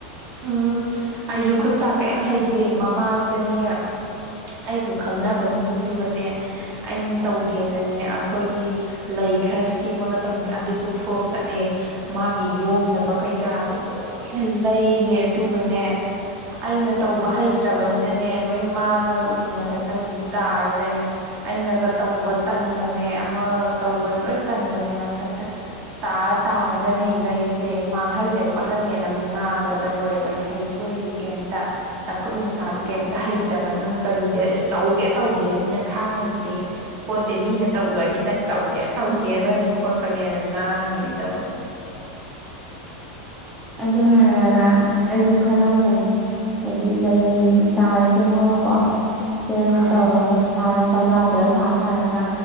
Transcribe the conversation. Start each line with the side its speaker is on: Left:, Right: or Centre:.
Right: ꯎꯝ ꯑꯩꯁꯨ ꯈꯨꯠꯁꯥꯛ ꯀꯩꯝ ꯍꯩ ꯗꯦ ꯃꯃꯥꯡꯗꯅꯦ ꯑꯩꯒ ꯈꯪꯅꯕ ꯃꯤꯗꯨꯒꯅꯦ ꯑꯩꯅ ꯇꯧꯒꯦꯅꯅꯦ ꯑꯩꯈꯣꯏꯒꯤ ꯂꯩ ꯈꯔ ꯁꯦꯝꯃꯒ ꯇꯧꯅꯦ ꯑꯗꯨꯁꯨ ꯐ꯭ꯔꯣꯞ ꯆꯠꯂꯦ ꯃꯥꯒꯤ ꯌꯣꯝꯅꯕ ꯀꯩꯀꯔꯁꯨ ꯂꯣꯏꯅ ꯂꯩꯔꯦ ꯑꯗꯨꯒꯅꯦ ꯑꯩꯅ ꯇꯧꯕ ꯍꯩꯇ꯭ꯔꯕꯅꯤꯅꯅꯦ ꯂꯣꯏ ꯃꯥꯡꯉꯒ ꯎꯐꯨ ꯃꯊꯛꯇ ꯍꯧꯖꯤꯛ ꯇꯥꯔ ꯂꯩ ꯑꯩꯅꯒ ꯇꯧꯕ ꯇꯟꯕꯅꯦ ꯑꯃꯒ ꯇꯧꯕ ꯂꯣꯏ ꯇꯟꯕꯅꯦ ꯃꯊꯛꯇ ꯇꯥꯔ ꯇꯥꯔꯒꯅꯤ ꯂꯩꯁꯦ ꯃꯥꯡꯍꯜꯂꯦ ꯈꯣꯠꯍꯜꯂꯦꯅ ꯉꯥꯡꯕꯗ ꯂꯣꯏꯔꯕꯅꯤ ꯍꯩꯁꯨ ꯍꯩꯇꯦ ꯀꯩꯝꯇ ꯈꯨꯠ ꯅꯁꯥꯁꯨ ꯀꯩꯝꯇ ꯍꯩꯇꯕ ꯅꯪ ꯀꯔꯤꯗ ꯇꯧꯒꯦ ꯇꯧꯒꯦꯁꯤꯅ ꯈꯥꯡꯉꯝꯗꯦ ꯈꯣꯠꯇꯦ ꯃꯤꯅ ꯇꯧꯈ꯭ꯔꯗꯤ ꯅꯪ ꯇꯧꯒꯦ ꯇꯧꯒꯦꯗꯅꯤ ꯈꯣꯠꯄꯅꯦꯅꯪ ꯉꯥꯡꯉꯤꯅꯦ ꯇꯧ
Centre: ꯑꯗꯨ ꯍꯥꯏꯔꯒ ꯑꯩꯁꯨ ꯈꯜꯂꯝꯕꯅꯦ ꯍꯥꯏꯗꯤ ꯂꯩ ꯆꯥꯔ ꯁꯦꯝꯃꯒꯀꯣ ꯆꯦꯡꯉ
Right: ꯎꯝ
Centre: ꯇꯧꯔꯒ ꯊꯥꯔꯒ ꯀꯝ ꯂꯥꯗ꯭ꯔ ꯊꯥꯔ ꯊꯥꯔꯒ